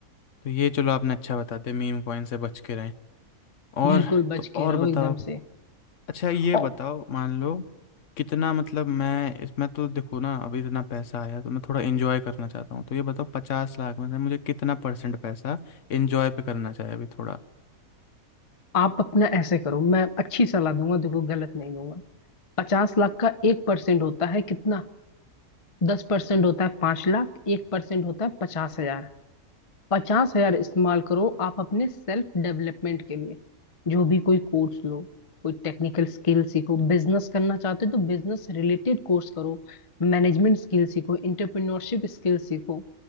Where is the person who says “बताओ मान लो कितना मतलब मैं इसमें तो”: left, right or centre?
Left